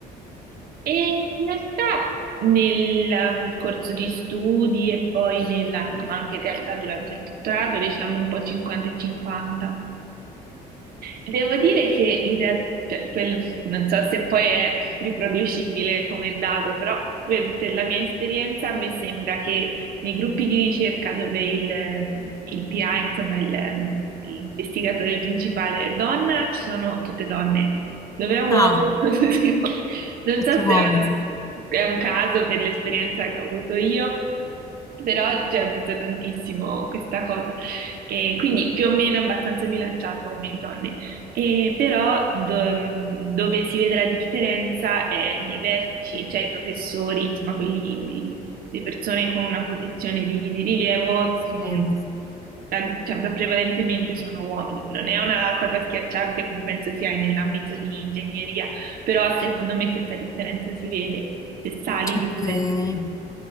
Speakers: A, on the right; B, on the left.
A: E in realtà nel um, corso di studi e poi nella, ma anche in realtà durante il dottorato, diciamo un po' 50 e 50. Devo dire che in realtà, non so se poi è riproducibile come dato, però per per la mia esperienza mi sembra che nei gruppi di ricerca dove il, il PA, insomma il- l'investigatore principale è donna, ci sono tutte donne. Dove è uomo,
B: Ah,
A: <laughs> tutte di uo- non
B: tutti
A: so
B: uomini.
A: se è un, è un caso per l'esperienza che ho avuto io, però già ho visto tantissimo questa cosa. E quindi più o meno abbastanza bilanciato uomini e donne. E però do- dove si vede la differenza è nei vertici, cioè i professori, insomma, quelli, i- le persone con una posizione di, di rilievo, sono-
B: scrivo.
A: tan- cioè, prevalentemente sono uomini. Non è una cosa schiacciante come penso sia nell'ambito di ingegneria, però secondo me questa differenza si vede se sali
B: Ok.
A: di livello